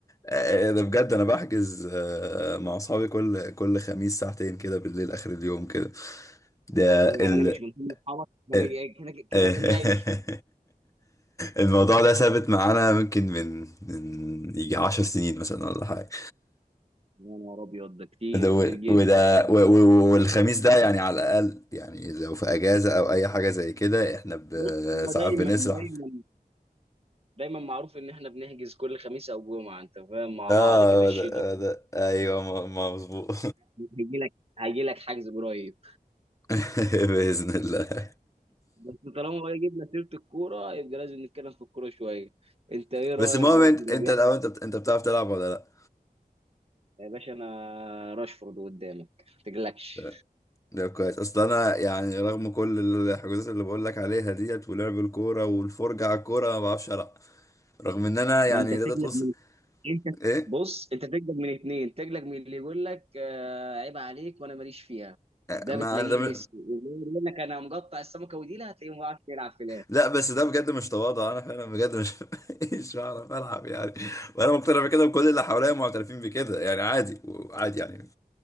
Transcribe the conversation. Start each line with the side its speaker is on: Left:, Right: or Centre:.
Left: آه، ده بجد انا بحجز آه، مع اصحابي كل كل خميس ساعتين كده بالليل اخر اليوم كده ده
Right: يعني
Left: ال
Right: انا مش من ضمن اصحابك ما
Left: ال-
Right: انا جاي- كده كده
Left: <laughs>
Right: انا جاي
Left: الموضوع ده ثابت معانا ممكن من من يجي عشر سنين مثلا ولا حاجة
Right: يا نهار ابيض ده كتير
Left: ده
Right: كتير
Left: و-
Right: جدا
Left: وده و- و- والخميس ده يعني على الأقل يعني لو في أجازة أو أي حاجة زي كده إحنا ب-
Right: بص هو
Left: ساعات
Right: دايما
Left: بنسرح
Right: دايما دايما معروف ان احنا بنحجز كل خميس او جمعه انت فاهم مع
Left: آه
Right: بعض كده الشله
Left: هو ده هو ده أيوه ما ما مظبوط
Right: هيجي لك هيجي لك حجز قريب
Left: <laughs> بإذن الله
Right: بس طالما بقى جبنا سيرة الكورة يبقى لازم نتكلم في الكورة شوية انت ايه
Left: بس
Right: رأيك
Left: المهم
Right: بقى
Left: أنت
Right: في اللي
Left: أنت
Right: بيحصل
Left: الأول أنت بت- أنت بتعرف تلعب ولا لأ؟
Right: يا باشا انا راشفورد قدامك ما تقلقش
Left: ده ده كويس أصل أنا يعني رغم كل الحجوزات اللي بقول لك عليها ديت ولعب الكورة والفرجة على الكورة ما بعرفش ألعب رغم إن أنا يعني
Right: ما انت تقلق
Left: تقدر تقول
Right: من انت
Left: إيه؟
Right: بص انت تقلق من اتنين تقلق من اللي يقول لك آه، عيب عليك وانا ماليش فيها ده
Left: ما
Right: بتلاقيه
Left: أنا ده
Right: ميسي واللي يقول لك انا مقطع السمكة وديلها هتلاقيه ما بيعرفش يلعب في الاخر
Left: لا بس ده بجد مش تواضع انا فعلا بجد مش <laughs> مش بعرف العب يعني وانا مقتنع بكده وكل اللي حواليا معترفين بكده يعني عادي عادي يعني